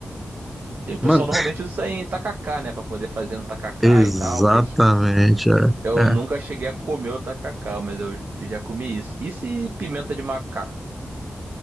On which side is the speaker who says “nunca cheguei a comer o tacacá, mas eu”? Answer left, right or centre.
Right